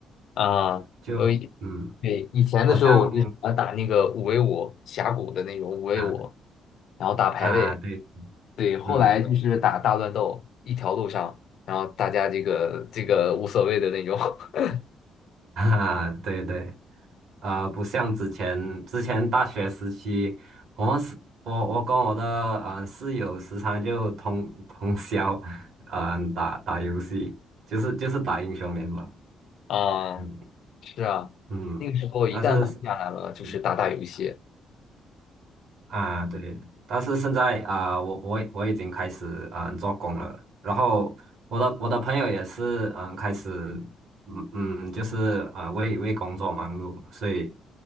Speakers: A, on the left; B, on the right.
A: 啊，
B: 嗯就嗯，
A: 我以对，以前的时候我就喜欢打那个五
B: 好像
A: v 五峡谷的那种五 v
B: 啊
A: 五，然后打排位。
B: 啊对，
A: 对，后来就是打大乱斗，
B: 嗯
A: 一条路上，然后大家这个这个无所谓的那种。<laughs>
B: <laughs> 啊对对，呃，不像之前之前大学时期，我们是，我我跟我的呃室友时常就通通宵，嗯、打打游戏，就是就是打英雄联盟，
A: 啊，
B: 嗯
A: 是啊，
B: 嗯，
A: 那个时候一旦空下来了，
B: 但是
A: 就是打打游戏，
B: 嗯啊，对，但是现在啊，我我我已经开始嗯做工了，然后我的我的朋友也是嗯开始嗯嗯就是啊为为工作忙碌，所以